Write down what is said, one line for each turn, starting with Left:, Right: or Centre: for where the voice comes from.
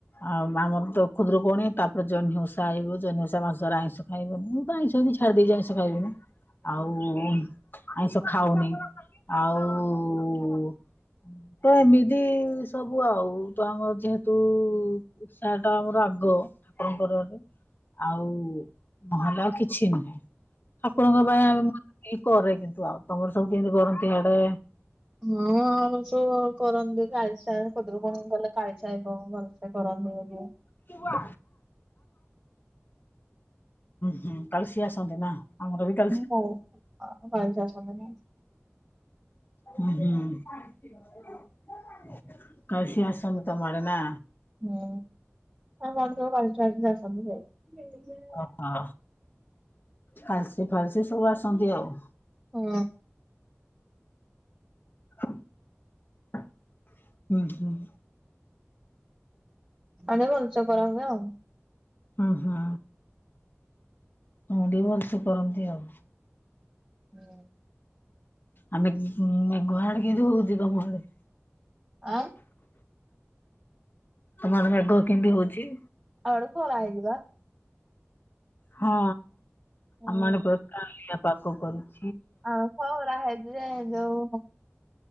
Left: ଆଉ ଆମର ତ ଖୁଦୁରୁକୁଣୀ ତାପରେ ଜହ୍ନିଓଷା ଆଇିବ ଜହ୍ନୀ ଓଷା ମାସ ମାସରେ ଆଇଁଷ ଆଇବ ମୁଁ ତ ଆଇଁଷି ହେମିନ୍ତି ଛାଡ଼ି ଦେଇଛି ଆଇଁଷ ଖାଇବିନି। ଆଉ ଆଇଁଷ ଖାଉନି ଆଉ ପ୍ରାଏମିତି ଏଇ ସବୁ ଆଉ ତ ଆମର ଯେହେତୁ ଓଷାଟା ଆମର ଆଉ। ଗ ଠାକୁରଙ୍କର ଆଉ ନହେଲେ ଆଉ କିଛି ନୁହେଁ। ଠାକୁରଙ୍କ ପାଇଁ ଆମେ ଏ କରେ କିନ୍ତୁ ଆଉ ତମର ସବୁ କେମିତି କରନ୍ତି ହାଡେ?
Right: ହଁ ଆଉ ସବୁ କରନ୍ତି କାଳିସା ଖୂଦୁରୁକୁଣୀ ଗଲେ କାଳିସା ହେବ ଭଲସେ କରନ୍ତି ଏ
Left: ହୁଁ ହୁଁ କାଳସି ଆସନ୍ତି ନା? ଆମର ବି କାଲି
Right: ହୁଁ କାଳୀସି ଆସନ୍ତିନି।
Left: ହଁ ହୁଁ କାଳିସୀ ଆସନ୍ତି ତମ ଆଡେ ନା?
Right: ହୁଁ ଆମ ଆଡେ ତ କାଳିସୀ ଫଳିଶି ଆସନ୍ତି ଯେ। ନେଇଯା।
Left: ଓହୋ କାଲିସି ଫାଲିସି ସବୁ ଆସନ୍ତି ଆଉ।
Right: ଉଁ।
Left: ଉଁ ହୁଁ।
Right: ଆନିବଲ ଭଲସେ କରନ୍ତି ଆଉ।
Left: ଉଁ ହୁଁ। ମୁଟିକେ ଭଲସେ କରନ୍ତି ଆଉ।
Right: ହୁଁ।
Left: ଆମେ ମେଘ ଆଡେ କିମିନ୍ତି ହଉଛିି ତମଆଡେ?
Right: ଆ
Left: ତମଆଡେ ମେଘ କେମିତି ହଉଛି?
Right: ଆଡେ ଖୋରା ହେଇଚିବା।
Left: ହଁ
Right: ବା।
Left: ଆମଡେ ପୁରା କାଉଁଳିଆ ପାଗ କରିଚି।
Right: ଆଉ ଖରା ହେଇଚି ଯେ ଯୋଉ